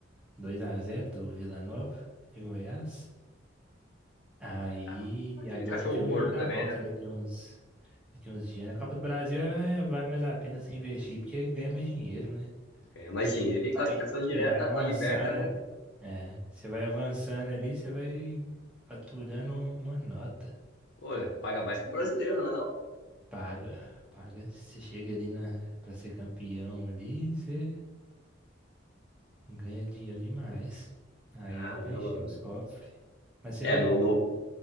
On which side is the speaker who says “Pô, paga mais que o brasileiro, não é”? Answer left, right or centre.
Left